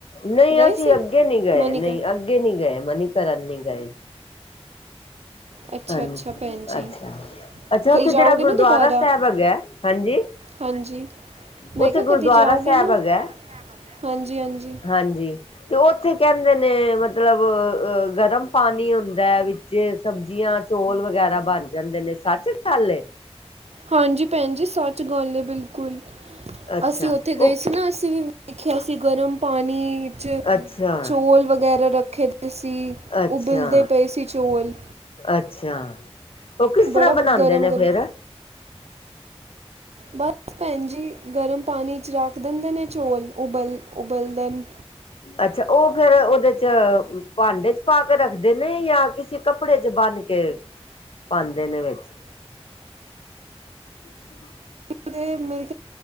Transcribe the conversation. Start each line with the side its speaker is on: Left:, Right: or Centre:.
Left: ਨਹੀਂ,
Right: ਗਏ
Left: ਅਸੀਂ
Right: ਸੀ
Left: ਅੱਗੇ ਨਹੀਂ ਗਏ,
Right: ਮਨੀਕਰਨ
Left: ਨਹੀਂ ਅੱਗੇ- ਅੱਗੇ ਨੀ ਗਏ ਮਨੀਕਰਨ ਨੀ ਗਏ।
Right: ਅੱਛਾ
Left: ਹਾਂਜੀ
Right: ਅੱਛਾ ਭੈਣ ਜੀ
Left: ਅੱਛਾ ਅੱਛਾ
Right: ਕਦੀ
Left: ਉੱਥੇ
Right: ਜਾਓਗੇ
Left: ਜਿਹੜਾ ਗੁਰਦੁਆਾਰਰਾ
Right: ਨਾ ਦੁਬਾਰਾ
Left: ਸਾਹਿਬ ਹੈਗਾ। ਹਾਂਜੀ,
Right: ਹਾਂਜੀ ਮੈਂ
Left: ਉੱਥੇ
Right: ਕਿਹਾ
Left: ਗੁਰਦੁਆਰਾ
Right: ਕਦੀ ਜਾਓਗੇ
Left: ਸਾਹਿਬ
Right: ਨਾ
Left: ਹੈਗਾ।
Right: ਹਾਂਜੀ ਹਾਂਜੀ
Left: ਹਾਂਜੀ, ਤੇ ਉੱਥੇ ਕਹਿੰਦੇ ਨੇ ਮਤਲਬ ਅ ਗਰਮ ਪਾਣੀ ਹੁੰਦਾ ਹੈ ਵਿੱਚ- ਜੇ ਸਬਜ਼ੀਆਂ ਚੋਲ ਵਗੈਰਾ ਬਣ ਜਾਂਦੇ ਨੇ ਸੱਚ ਗੱਲ ਏ?
Right: ਹਾਂਜੀ, ਭੈਣ ਜੀ, ਸੱਚ ਗੋੱਲ ਹੈ ਬਿਲਕੁਲ।
Left: ਅੱਛਾ
Right: ਅਸੀਂ ਉੱਥੇ ਗਏ
Left: ਉਹ
Right: ਸੀ ਨਾ, ਅਸੀਂ ਵੀ ਵੇਖਿਆ ਸੀ ਗਰਮ ਪਾਣੀ ਵਿਚ
Left: ਅੱਛਾ
Right: - ਚੌਲ ਵਗੈਰਾ ਰੱਖੇ ਸੀ।
Left: ਅੱਛਾ
Right: ਉਬਲਦੇ ਪਏ ਸੀ ਚੌਲ
Left: ਅੱਛਾ ਉਹ ਕਿਸ
Right: ਬੜਾ
Left: ਤਰ੍ਹਾਂ ਬਣਾਉਂਦੇ
Right: ਗਰਮ
Left: ਨੇ
Right: ਗਰਮ
Left: ਫਿਰ?
Right: ਬਸ ਭੈਣ ਜੀ, ਗਰਮ ਪਾਣੀ ' ਰਖ ਦਨਦੇ ਨੇ ਚੌਲ ਉਬਲ ਉਬਲਦੇ ਨੇ।
Left: ਅੱਛਾ, ਉਹ ਫੇਿਰ ਉਹਦੇ- ਭਾਂਡੇ ਚ ਪਾ ਕੇ ਰੱਖਦੇ ਨੇ ਯਾ ਕਿਸੇ ਕੱਪੜੇ ਚ ਬੰਨ ਕੇ? ਪਾਉਦੇ ਨੇ ਵਿੱਚ- ਹ <inaudible>
Right: ਮੇਰੀ